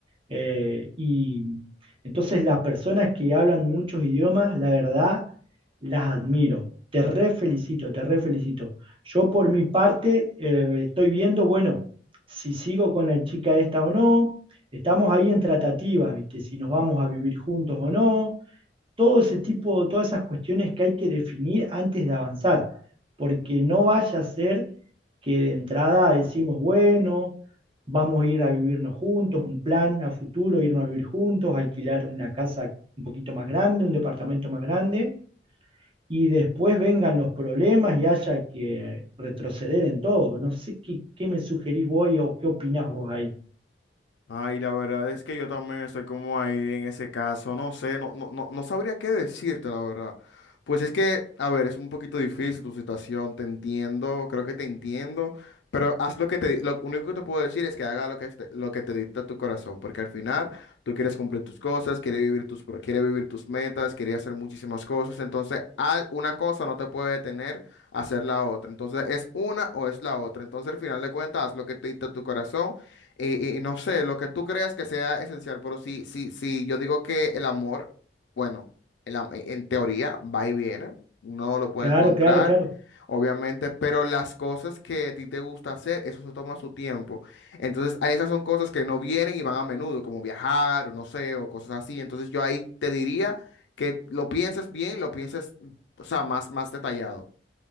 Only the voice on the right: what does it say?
eh, y entonces las personas que hablan muchos idiomas, la verdad, las admiro. Te re felicito, te re felicito. Yo por mi parte eh, estoy viendo, bueno, si sigo con la chica esta o no. Estamos ahí en tratativas, ¿viste? Si nos vamos a vivir juntos o no todo ese tipo, todas esas cuestiones que hay que definir antes de avanzar, porque no vaya a ser que de entrada decimos, bueno, vamos a ir a vivirnos juntos, un plan a futuro, irnos a vivir juntos, alquilar una casa un poquito más grande, un departamento más grande, y después vengan los problemas y haya que retroceder en todo. No sé qué, qué me sugerís vos o qué opinás vos ahí.
Claro,
claro, claro.